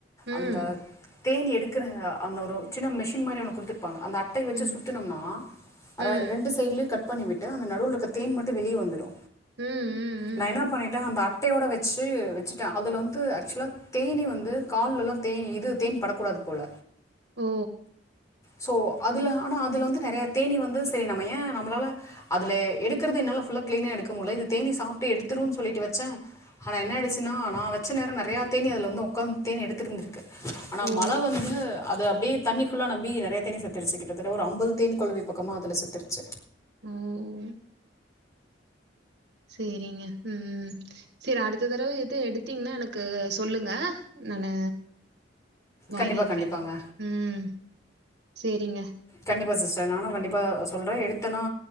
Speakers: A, on the right (about 65°); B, on the left (about 20°).
A: ம்.
B: அந்த தேனி எடுக்கிற அந்த ஒரு சின்ன மெஷின் மாரி ஒன்னு குடுத்துருப்பாங்க அந்த அட்டய வச்சு
A: ம்.
B: சுத்துனம்ன்னா அதா
A: ம்.
B: ரெண்டு சைட்லயு கட் பண்ணி விட்டு அந்த நடுவுல இருக்க தேன் மட்டு வெளிய வந்துரு
A: ம். ம். ம்.
B: நா என்ன பண்ணிட்டே அந்த அட்டையோட வச்சு வச்சுட்டே அதுல வந்து ஆக்சுவலா தேனி வந்து கால்ல எல்லா தே இது தேன் படக்கூடாது போல
A: ஓ!
B: சோ அதுல ஆனா அதுல வந்து நெறய தேனி வந்து சரி நம்ம ஏ நம்மளால அதுல எடுக்கறது என்னால ஃபுல்லா கிளீனா எடுக்க முல்ல இது தேனீ சாப்ட்டு எடுத்துரும்ன்னு சொல்லிட்டு வச்சே ஆனா என்ன ஆயிடுச்சுன்னா நா வச்ச நேர நறயா தேனி அதுல வந்து ஒக்காந்து தேனு எடுத்துருந்திருக் ஆனா
A: ஓ!
B: மழ வந்து அது அப்டியே தண்ணி புல்லா நெம்பி நெறைய தேனீ செத்துருச்சு கிட்டத்தட்ட ஒரு அம்பது தேன் கொழவி பக்கமா அதுல செத்துருச்சு
A: ம் சேரிங்க ம் சேரி அடுத்த தரவ எது எடுத்தீங்கன்னா எனக்கு சொல்லுங்க நானு வாங்கிக்கிறே
B: கண்டிப்பாக கண்டிப்பாங்க
A: ம் சேரிங்க
B: கண்டிப்பா சிஸ்டர் நானு கண்டிப்பா சொல்றே எடுத்தனா